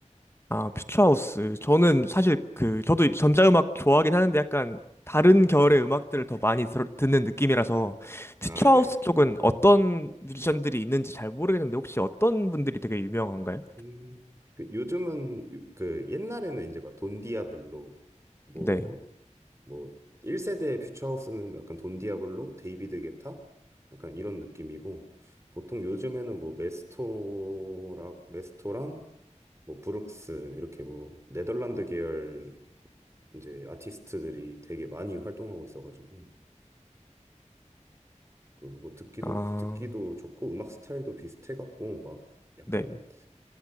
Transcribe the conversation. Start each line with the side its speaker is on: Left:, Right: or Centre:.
Left: 아, 퓨처하우스. 저는 사실 그, 저도 전자음악 좋아하긴 하는데 약간 다른 결의 음악들을 더 많이 들, 듣는 느낌이라서 퓨처하우스
Right: 아, 네.
Left: 쪽은 어떤 뮤지션들이 있는지 잘 모르겠는데 혹시 어떤 분들이 되게 유명한가요?
Right: 음, 그 요즘은 요- 그 옛날에는 이제 막 돈디아블로 뭐
Left: 네.
Right: 뭐 1세대 퓨처하우스는 약간 돈디아블로 데이비드 게타 약간 이런 느낌이고 보통 요즘에는 뭐 메스토랑 메스토랑 뭐 브룩스 이렇게 뭐 네덜란드 계열 이제 아티스트들이 되게 많이 활동하고 있어가지고 그뭐 듣기도
Left: 아,
Right: 듣기도 좋고 음악 스타일도 비슷해갖고 막 약간
Left: 네. 네.